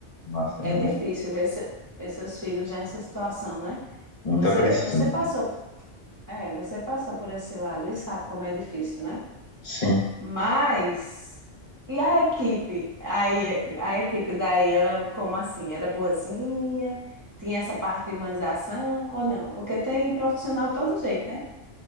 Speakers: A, on the left (about 40°); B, on the right (about 20°).
A: Nossa,
B: É
A: não
B: difícil
A: é
B: ver, se- ver seus filhos já nessa situação, né?
A: muita
B: Você,
A: pressão.
B: você passou, é, você passou por esse lado e sabe como é difícil, né?
A: Sim.
B: Mas e a equipe? Aí a equipe daí era como assim? Era boazinha? Tinha essa parte de humanização ou não? Porque tem profissional de todo jeito, né?